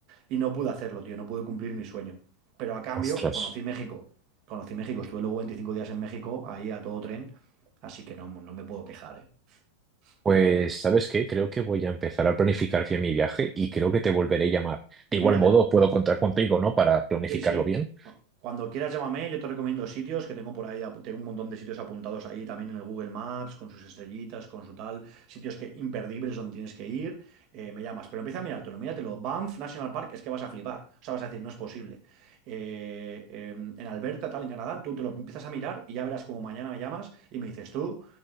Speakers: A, on the right (about 40°); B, on the right (about 20°).
A: y no pude hacerlo, tío, no pude cumplir mi sueño. Pero a cambio,
B: Ostras.
A: conocí México, conocí México, estuve luego 25 días en México, ahí a todo tren, así que no, no me puedo quejar, ¿eh?
B: Pues,
A: la verdad.
B: ¿sabes qué? Creo que voy a empezar a planificar bien mi viaje y creo que te volveré a llamar. De
A: Míratelo.
B: igual modo, puedo contar contigo, ¿no? Para planificarlo
A: Sí, sí.
B: bien.
A: Cu- Cuando quieras llámame, yo te recomiendo sitios que tengo por ahí, ap- tengo un montón de sitios apuntados ahí también en el Google Maps, con sus estrellitas, con su tal, sitios que imperdibles donde tienes que ir, eh, me llamas, pero empieza a mirártelo, míratelo. Banff National Park es que vas a flipar, o sea, vas a decir, no es posible. Eh, eh, en Alberta, tal, en Canadá, tú te lo empiezas a mirar y ya verás como mañana me llamas y me dices tú,